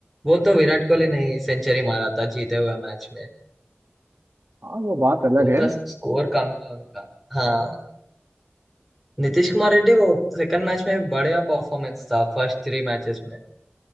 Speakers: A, in the centre; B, on the right.
A: वो तो विराट कोहली नहीं सेंचुरी मारा था जीते हुए मैच में
B: हाँ वो बात अलग
A: वो
B: है
A: था स्कोर कम था उनका हाँ नीतीश कुमार रेड्डी वो सेकंड मैच में बढ़िया परफॉर्मेंस था फर्स्ट थ्री मैचेस में